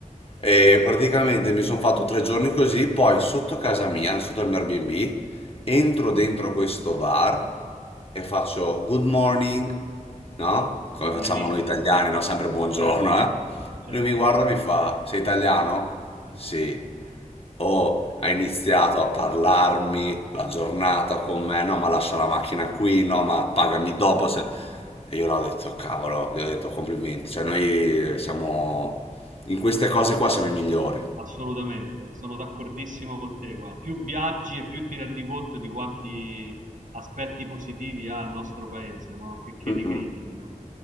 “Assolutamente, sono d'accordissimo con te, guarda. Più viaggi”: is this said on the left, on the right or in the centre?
Right